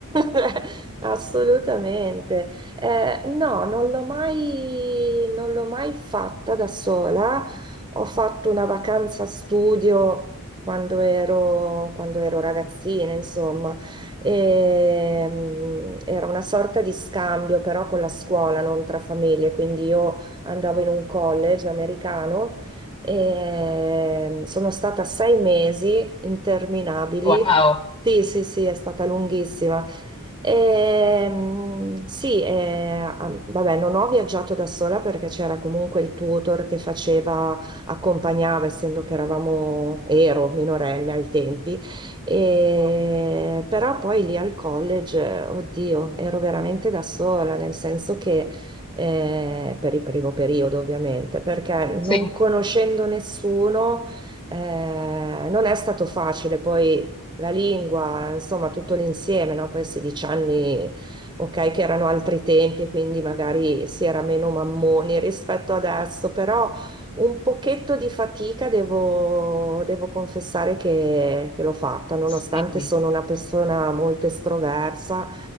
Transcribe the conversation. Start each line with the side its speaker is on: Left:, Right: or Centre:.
Right: <laughs> Assolutamente. Eh, no, non l'ho mai, non l'ho mai fatta da sola. Ho fatto una vacanza studio quando ero, quando ero ragazzina, insomma. Ehm, era una sorta di scambio però con la scuola, non tra famiglie, quindi io andavo in un college americano e sono stata sei mesi interminabili.
Left: Wow,
Right: Sì, sì, sì, è stata lunghissima. Ehm, sì, eh, ah, vabbè, non ho viaggiato da sola perché c'era comunque il tutor che faceva, accompagnava, essendo che eravamo, ero minorenne ai tempi, e- però poi lì al college, oddio, ero veramente da sola, nel senso che eh, per il primo periodo ovviamente, perché non
Left: sì,
Right: conoscendo nessuno eh, non è stato facile. Poi la lingua, insomma, tutto l'insieme, no? Poi a 16 anni, ok, che erano altri tempi, quindi magari si era meno mammoni rispetto adesso, però un pochetto di fatica devo, devo confessare che, che l'ho fatta, nonostante
Left: sì.
Right: sono una persona molto estroversa,